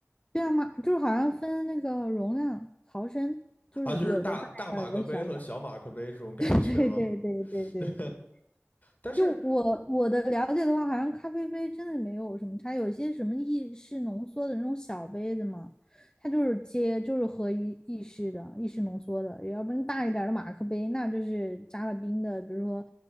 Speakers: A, on the left (about 15°); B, on the left (about 35°).
A: 对啊，马就是好像分那个容量毫升，就是有的大一点儿，
B: 啊，就是大大马克杯和小马克杯这种感觉吗？
A: 有的小点儿。<laughs> 对对对对对对，
B: <laughs> 对，但是
A: 就我我的了解的话，好像咖啡杯真的没有什么差，有些什么意式浓缩的那种小杯子嘛，它就是接就是喝意意式的意式浓缩的，要不然大一点的马克杯，那就是加了冰的，比如说